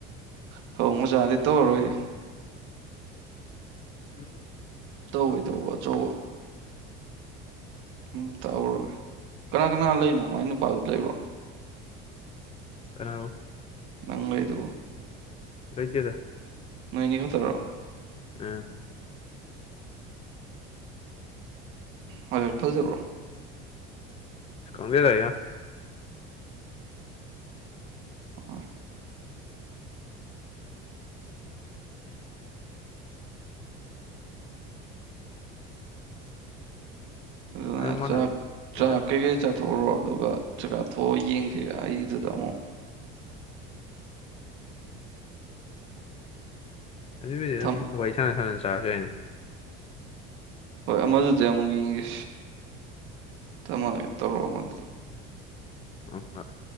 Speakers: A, on the right (about 60°); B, on the left (about 30°).
A: ꯊꯕꯛ ꯃꯆꯥꯗꯤ ꯇꯧꯔꯣꯢ
B: <unintelligible>
A: ꯇꯧꯋꯦ ꯇꯧꯕ ꯑꯆꯧꯕ ꯎꯝ ꯇꯧꯔꯨꯔꯦ ꯀꯅꯥ ꯀꯅꯥ ꯂꯩꯅꯣ ꯃꯥꯏ ꯅꯨꯄꯥꯗꯨ ꯂꯩꯕ꯭ꯔꯣ
B: ꯀꯅꯕꯣ
A: ꯅꯪ ꯂꯩꯗꯨꯕꯣ
B: ꯂꯩꯇꯦꯗ
A: ꯅꯣꯏꯅꯤ ꯈꯛꯇꯔꯣ
B: ꯎꯝ
A: ꯍꯣꯏ ꯐꯖꯕ꯭ꯔꯣ
B: ꯑꯁ ꯈꯪꯗꯦꯗ ꯌꯥ
A: ꯑꯣ ꯂꯥ
B: ꯑꯗꯨꯝ ꯃꯥꯟꯅꯕꯅꯤ
A: ꯆꯥꯛ ꯆꯥꯛ
B: ꯃꯁꯛ
A: ꯀꯩꯀꯩ ꯆꯥ ꯊꯣꯛꯎꯔꯣ ꯑꯗꯨꯒ ꯆꯥꯛ ꯊꯣꯛꯑ ꯌꯦꯡꯁꯤ ꯑꯩꯒ ꯗꯨꯗ ꯑꯃꯨꯛ
B: ꯑꯗꯨꯕꯨꯗꯤ ꯑꯗꯨꯝ
A: ꯊꯝ
B: ꯋꯥꯔꯤ ꯁꯅ ꯆꯥꯔꯁꯨ ꯌꯥꯏꯅꯦ
A: ꯍꯣꯏ ꯑꯃꯗꯨꯗꯤ ꯑꯃꯨꯛ ꯌꯦꯡꯒ ꯊꯝꯃꯒꯦ ꯇꯧꯔꯛꯑꯣ ꯑꯃꯗꯨꯗ
B: ꯑꯣꯄ <unintelligible>